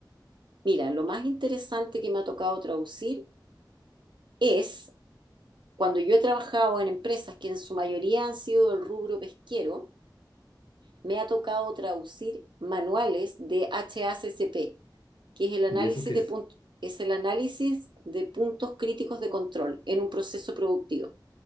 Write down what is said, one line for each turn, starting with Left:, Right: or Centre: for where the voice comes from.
Right: Mira, lo más interesante que me ha tocado traducir es cuando yo he trabajado en empresas que en su mayoría han sido del rubro pesquero, me ha tocado traducir manuales de HACCP, que es el análisis
Left: ¿Y eso qué
Right: de,
Left: es?
Right: punt- es el análisis de puntos críticos de control en un proceso productivo.